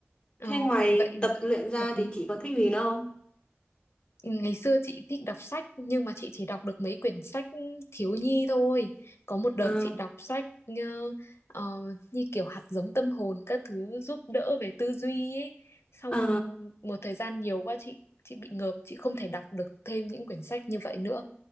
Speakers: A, on the left (about 75°); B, on the left (about 25°).
A: ừ,
B: thế ngoài
A: vậy
B: tập luyện ra
A: hợp lý
B: thì chị có thích gì nữa không
A: Ngày xưa chị thích đọc sách nhưng mà chị chỉ đọc được mấy quyển sách thiếu nhi thôi. Có một đợt
B: ờ
A: chị đọc sách ờ, ờ, như kiểu hạt giống tâm hồn các thứ giúp đỡ về tư duy ấy. Xong
B: ờ
A: một thời gian nhiều quá chị chị bị ngợp, chị không thể đọc được thêm những quyển sách như vậy nữa.